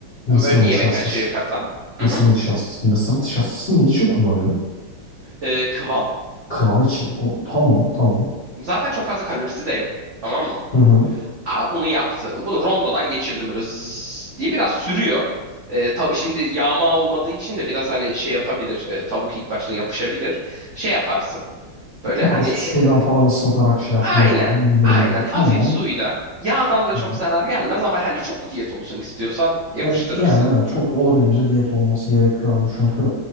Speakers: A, on the left; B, on the right.
A: Mısır
B: Yani Böyle bir
A: nişastası.
B: yemek kaşığı kata.
A: Mısır
B: Hı hı.
A: nişastası. Mısır nişastasını niçin kullanıyorum?
B: Eee, kıvam.
A: Kıvam için. O, tamam tamam.
B: Zaten çok fazla kalorisi de yok. Tamam mı?
A: Hı hı.
B: Aa bunu yaptım. Bunu rondodan geçirdim böyle zzz diye biraz sürüyor. Ee, tav- şimdi yağma olmadığı için de biraz hani şey yapabilir. Ee, tavuk ilk başta yapışabilir. Şey yaparsın. Böyle
A: Çok
B: hani
A: hafif suyla
B: e,
A: falan ıslatarak şey yapmayı
B: aynen
A: deneyebilirim
B: aynen
A: gibi.
B: hafif
A: Tamam.
B: suyla yağdan da
A: Tamam.
B: çok zarar gelmez ama hani çok diyet olsun istiyorsan yapıştırırsın.
A: Evet, yani evet çok da olabildiğince diyet olması gerekiyor abi çünkü